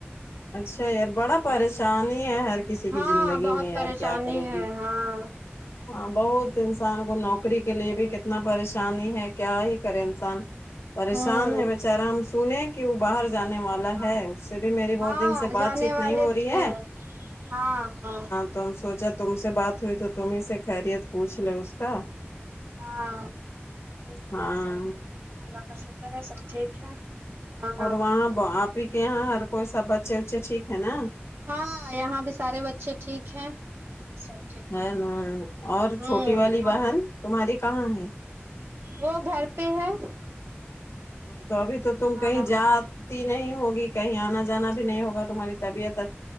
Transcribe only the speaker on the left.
اچھا یار
بڑا پریشانی ہی ہے ہر کسی
کی زندگی
میں
یار کیا کرو
گی
ہاں بہت انسان کو نوکری کے
لیے بھی کتنا پریشانی ہے کیا ہی کرے انسان پریشان
ہے بیچارا ہم سنے کہ وہ باہر جانے والا
ہے اس سے بھی میری بہت
دن سے بات
چیت
نہیں ہو رہی
ہے
تو ہم سوچا تم سے بات ہوئی تو تمیں سے خیریت پوچھ لے اس کا
ہاں
اور وہاں آپ ہی کے یہاں ہر کوئی سب بچے وچے ٹھیک ہے نا
ہے نا اور
چھوٹی والی بہن
تمہاری کہاں ہے
تو ابھی تو تم
کہیں جا تی نہیں ہوگی کہیں آنا جانا بھی نہیں ہوگا تمہاری طبیعت ا